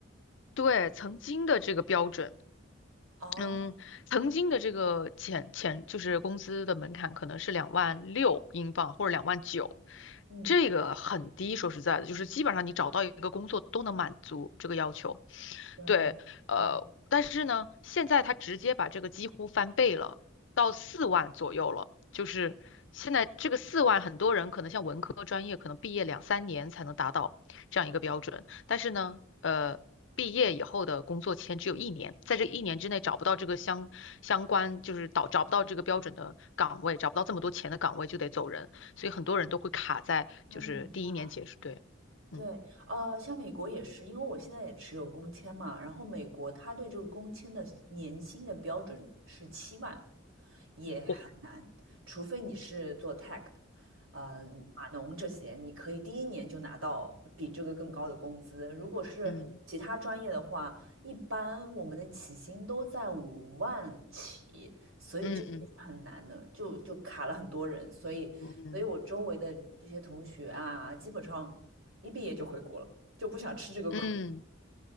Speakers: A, on the left; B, on the right.
A: 对，曾经的这个标准。
B: 哦，
A: 嗯，曾经的这个潜潜就是工资的门槛可能是两万六英镑或者两万九，
B: 嗯，
A: 这个很低。说实在的，就是基本上你找到一个工作都能满足这个要求。
B: 对
A: 对，呃，
B: 对，
A: 但是呢，现在他直接把这个几乎翻倍了，到四万左右了。就是现在这个四万，很多人可能像文科专业，可能毕业两三年才能达到这样一个标准。但是呢，呃，毕业以后的工作签只有一年，在这一年之内找不到这个相相关，就是找找不到这个标准的岗位，找不到这么多钱的岗位就得走人。所以很多人都会卡在就是第一年结束，
B: 压力很大。
A: 对，
B: 对，
A: 嗯，
B: 呃，像美国也是，因为我现在也持有工签嘛，然后美国它对这个工签的年薪的标准是七万，也很难，
A: 哦
B: 除非你是做 tech 的，呃，码农这些，你可以第一年就拿到比这个更高的工资。如果是其他专业的话，
A: 嗯
B: 一般我们的起薪都在五万起，所以这个也是很难的，
A: 嗯嗯嗯
B: 就就卡了很多人。所以，
A: 嗯。嗯
B: 所以我周围的这些同学啊，基本上一毕业就回国了，就不想吃这个苦。
A: 嗯，